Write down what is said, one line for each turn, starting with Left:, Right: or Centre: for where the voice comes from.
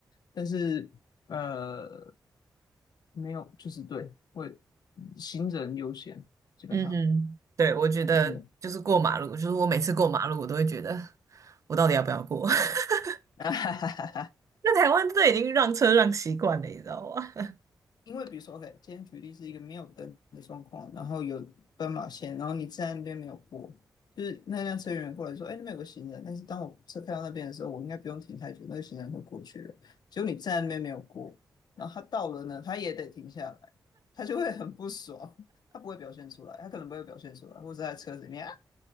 Left: 但是呃没有，就是对，会行人优先，基本上，
Right: 嗯哼，对，我觉得就是过马路，
Left: 嗯，
Right: 就是我每次过马路，我都会觉得我到底要不要过？<laughs>
Left: <laughs>
Right: 那台湾这已经让车让习惯了，你知道吗？
Left: 因为比如说，OK，今天举例是一个没有灯的状况，然后有斑马线，然后你站在那边没有过，就是那辆车员过来说，哎，那边有个行人，但是当我车开到那边的时候，我应该不用停太久，那个行人会过去了。结果你站在那边没有过，然后他到了呢，他也得停下来，他就会很不爽，他不会表现出来，他可能不会表现出来，或者在车子里面啊